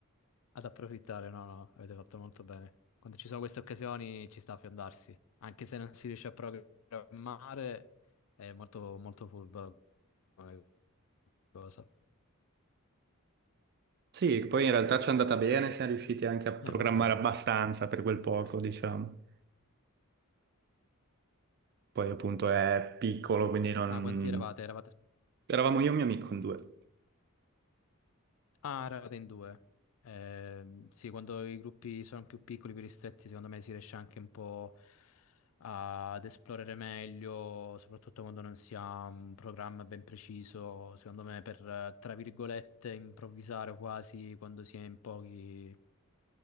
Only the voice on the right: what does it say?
Sì, poi in realtà ci è andata bene, siamo riusciti anche a programmare
abbastanza per quel poco, diciamo. Poi appunto è piccolo, quindi non...
Eravamo io e mio amico in due.